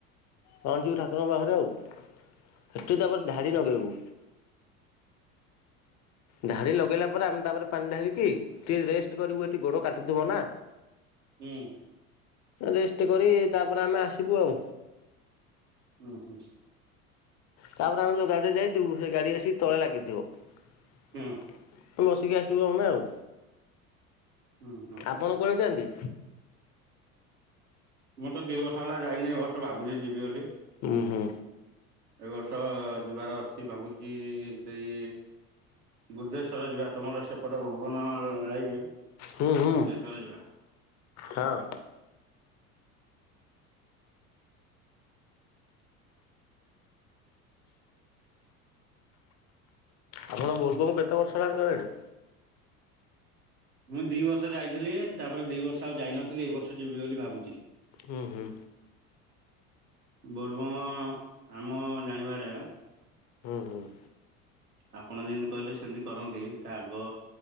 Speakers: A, on the left (about 35°); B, on the right (about 80°).
A: ହଁ ଯୋଉ ଠାକୁରଙ୍କ ପାଖରେ ଆଉ ହେଠୁ ତାପରେ ଧାଡି ନଗେଇବୁ। ଧାଡି ଲଗେଇଲା ପରେ ଆମେ ତାପରେ ପାଣି ଢାଳିକି। ଟିକେ ରେଷ୍ଟ କରିବୁ ଏଠି ଗୋଡ କାଟୁଥିବ ନା।
B: ହୁଁ
A: ରେଷ୍ଟ କରି ତାପରେ ଆମେ ଆସିବୁ ଆଉ।
B: ହୁଁ ହୁଁ।
A: ତାପରେ ଆମେ ଯୋଉ ଗାଡିରେ ଯାଇଥିବୁ। ସେ ଗାଡି ଆସିକି ତଳେ ଲାଗିଥିବ।
B: ହୁଁ
A: ଆଁ ବସିକି ଆସିବୁ ଆମେ ଆଉ।
B: ହୁଁ ହୁଁ।
A: ଆପଣ କୁଆଡେ ଯାଆନ୍ତି?
B: ମୁଁ ତ ଦିଇ ବର୍ଷ ହେଲା ଯାଇନି ଘଟଗାଁ ଭାବୁଚି ଯିବି ବୋଲି। ଏ
A: ହୁଁ ହୁଁ
B: ବର୍ଷ ଯିବାର ଅଛି ଭାବୁଚି ସେଇ ବୁଦ୍ଧେଶ୍ଵର ଯିବା ତମର ସେପଟ ଭୁବନ ଯାଇନି।
A: ହୁଁ ହୁଁ
B: ବୁଦ୍ଧେଶ୍ୱର ଯିବା।
A: ହଁ। ଆପଣ ବୋଲବମ୍ କେତେ ବର୍ଷ ହେଲାଣି ଗଲେଣି?
B: ମୁଁ ଦିଇ ବର୍ଷ ଯାଇଥିଲି ତାପରେ ଦିଇ ବର୍ଷ ଆଉ ଯାଇନଥିଲି। ଏ ବର୍ଷ ଯିବି ବୋଲି ଭାବୁଚି।
A: ହୁଁ ହୁଁ।
B: ବୋଲବମ୍ ଆମ ଜାଣିବାରେ
A: ହୁଁ ହୁଁ।
B: ଆପଣ ଯେମିତି କହିଲେ ସେମିତି କରନ୍ତି ତା ଆଗ